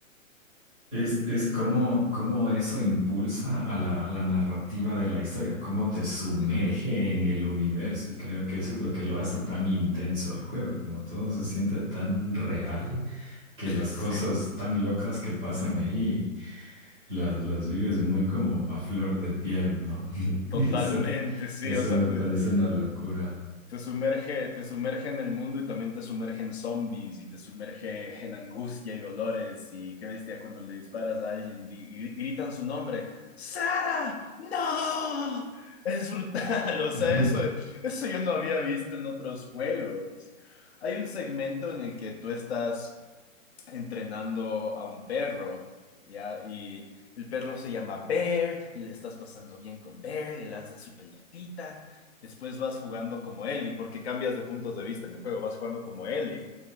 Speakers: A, in the centre; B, on the left.
A: es, es como, como eso impulsa a la, la narrativa de la historia, cómo te sumerge
B: Ujú.
A: en el universo. Y creo que eso es lo que lo hace tan intenso el juego, como todo se siente tan real que las
B: Sí,
A: cosas tan locas que pasan ahí. Las, las vives muy como a flor de piel, ¿no? <laughs>
B: totalmente,
A: Eso,
B: sí.
A: eso
B: O sea,
A: me
B: tú-
A: parece una locura.
B: Te sumerge, te sumerge en el mundo y también te sumerge en zombies y te sumerge en angustia y dolores y qué bestia cuando le disparas a alguien di- y, gri- gritan su nombre. ¡Sara! ¡No! Es brutal, <laughs> o
A: Ujú.
B: sea, eso, eso yo no había visto en otros juegos. Hay un segmento en el que tú estás entrenando a un perro, ¿ya? Y el perro se llama Bear y le estás pasando bien con Bear, le lanzas su pelotita, después vas jugando como Ellie, porque cambias de puntos de vista en el juego, vas jugando como Ellie